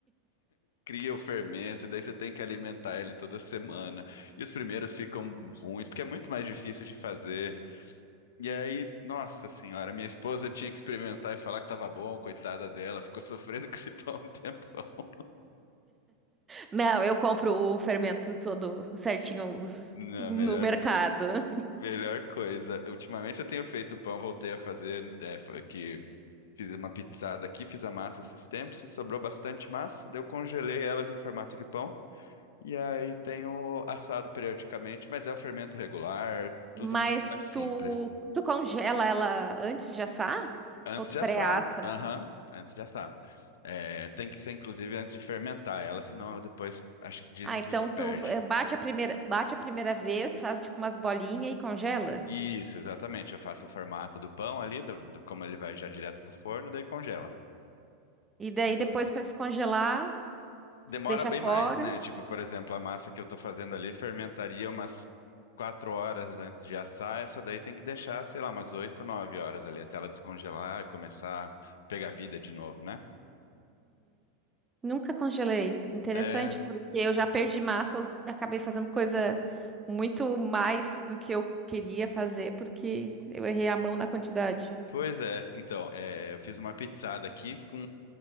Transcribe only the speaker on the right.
Não, eu compro o fermento todo certinho os-
no
mercado.
Mas
tu,
tu congela ela antes de assar?
Ou tu
pré-assa?
Ah,
então tu
eh, bate a primeira, bate a primeira vez, faz tipo umas bolinhas e congela.
E daí depois para descongelar,
deixa
fora.
Nunca congelei. Interessante,
porque eu já perdi massa, eu acabei fazendo coisa muito mais do que eu queria fazer, porque eu errei a mão na quantidade.